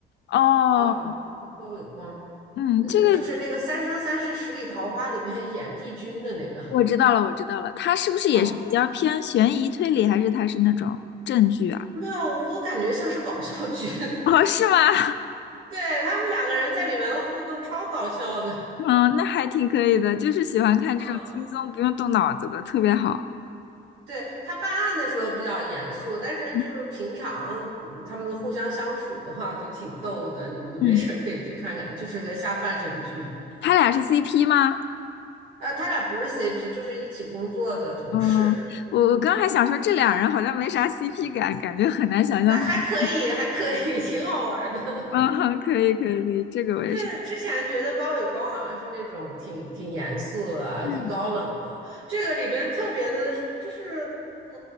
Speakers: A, on the left (about 65°); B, on the right (about 85°).
A: 哦，
B: 啊，高伟光，
A: 嗯，
B: 嗯，
A: 这个
B: 就是那个《三生三世十里桃花》里面演帝君的那个。
A: 我知道了，我知道了，他是不是也是比较偏悬疑推理，
B: 哦，
A: 还是他是那种证据啊？
B: 没有，我感觉像是搞笑剧。<laughs>
A: 哦，是吗？
B: 对，他们两个人在里面互动超搞笑的。
A: 嗯，那还挺可以的，就是喜欢看这种轻松不用动脑子的，
B: 嗯。
A: 特别好。
B: 对他办案的时候比较严肃，但是就是平常嗯他们互相相处的话都挺逗的，
A: 嗯，
B: 你你没事可以去看看，
A: 嗯
B: 就是个下饭神剧。
A: 他俩是 CP 吗？
B: 啊。他俩不是 CP，就是一起工作的同事。
A: 嗯，我我刚还想说这俩人好像没啥 CP 感，感觉很难想象他们
B: 哎，还可以，还可以，<laughs> 挺好玩的。
A: 嗯，哼可以可以可以，这个我也是。
B: 对，之前觉得高伟光好像是那种挺挺严肃的啊，
A: 嗯，
B: 挺高冷的，这个里边特别的，就是嗯